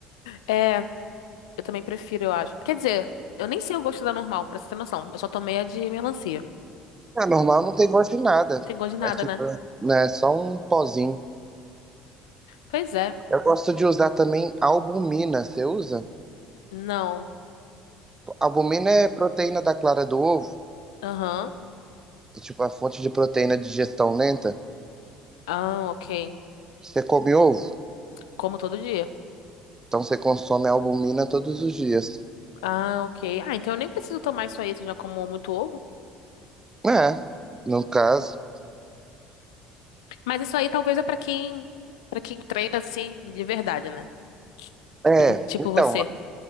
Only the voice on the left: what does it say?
é Eu também prefiro, eu acho. Quer dizer, eu nem sei o gosto da normal, pra você ter noção. Eu só tomei a de melancia.
Tem gosto de nada,
né?
Pois é.
Não.
Aham.
Ah, ok.
Como todo dia.
Ah, ok. Ah, então eu nem preciso tomar isso aí, se eu já como muito ovo.
Mas isso aí talvez é pra quem, para quem treina assim de verdade, né?
Tipo, tipo
você.